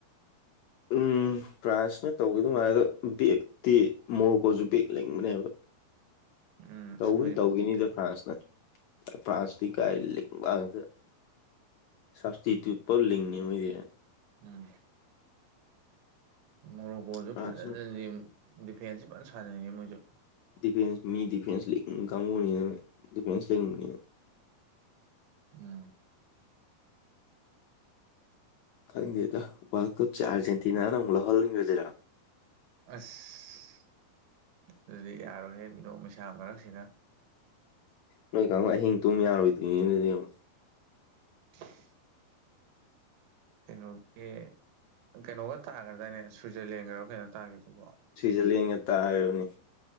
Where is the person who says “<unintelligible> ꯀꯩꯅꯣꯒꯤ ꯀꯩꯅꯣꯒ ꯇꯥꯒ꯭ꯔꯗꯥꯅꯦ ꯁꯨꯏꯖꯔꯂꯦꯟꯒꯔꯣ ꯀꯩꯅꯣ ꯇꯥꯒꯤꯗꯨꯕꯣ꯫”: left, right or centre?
Right